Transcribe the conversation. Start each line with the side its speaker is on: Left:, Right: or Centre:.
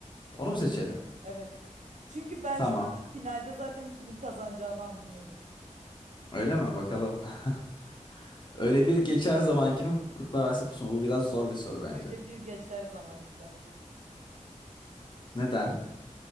Left: onu mu seçelim?
Right: Evet. Çünkü ben
Left: Tamam.
Right: şu anda finalde zaten kimin kazanacağını anlıyorum.
Left: Öyle mi? Bakalım. <laughs> Öyle bir geçer zaman kimin Kurtlar Vadisi Pusu mu? Bu biraz zor bir soru bence.
Right: Öyle bir geçer zamanki bence.
Left: Neden?